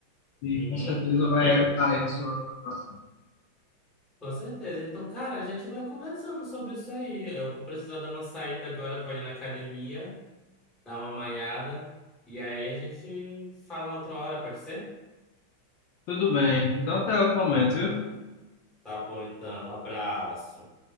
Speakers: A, on the left; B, in the centre.
A: e
B: Uhum,
A: com certeza vai ajudar aí na sua preparação.
B: com certeza. Então, cara, a gente vai conversando sobre isso aí. Eu vou precisar dar uma saída agora, eu vou ir na academia, dar uma malhada, e aí a gente fala outra hora, pode ser?
A: Tudo bem, então até outro momento, viu?
B: Tá bom, então. Abraço.